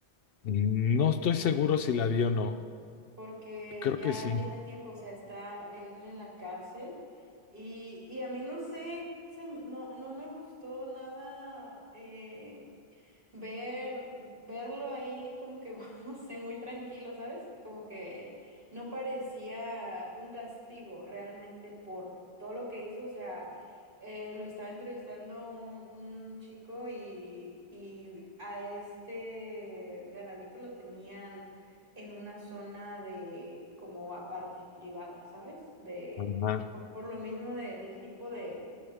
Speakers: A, on the left (about 65°); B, on the right (about 55°).
A: No estoy seguro si la vio o no.
B: porque
A: Creo
B: ya
A: que sí.
B: tiene tiempo, o sea, está él en la cárcel y, y a mí no sé, se m- no, no me gustó nada eh, ver, verlo ahí como que, <laughs> no sé, muy tranquilo, ¿sabes? Como que no parecía un castigo realmente por todo lo que hizo, o sea... eh, lo estaba entrevistando un, un chico y, y a este Garavito lo tenían en una zona de como aparte, privada, ¿sabes? De
A: Ajá.
B: por, por lo mismo de- del tipo de,